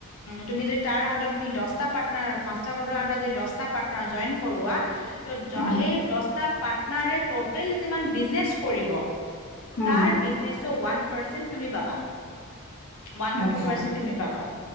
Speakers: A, on the left (about 75°); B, on the left (about 45°).
A: তুমি যদি তাৰ আণ্ডৰত তুমি দছটা পাৰ্টনাৰ মাষ্টাৰ কৰ্ডৰ আণ্ডৰত যদি দছটা পাৰ্টনাৰ জইন কৰোৱা। ত জ
B: উম
A: সেই দস্তা পাৰ্টনাৰে ট'টেল যিমান বিজনেচ কৰিব।
B: হুম
A: তাৰ বিজনেছ ওৱান পৰচেন্ট তুমি পাবা। ওৱান টো
B: আচ্ছা
A: তো পৰচেন্ট তুমি পাবা